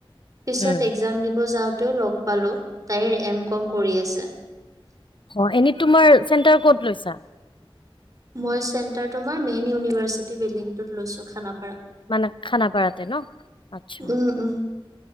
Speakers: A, on the right (about 40°); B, on the left (about 60°).
A: পিছত
B: উম।
A: একজাম দিব যাওঁতে। তেওঁ লগ পালোঁ তাইৰ এম কম কৰি আছে।
B: অ', এনে তোমাৰ চেণ্টাৰ ক'ত লৈছা।
A: মই চেণ্টাৰ তোমাৰ মেইন ইউনিভাৰ্চিটি বিল্ডিংটোত লৈছো খানা।
B: মানে খানা পাৰাতে ন আচ্ছা।
A: উম, উম,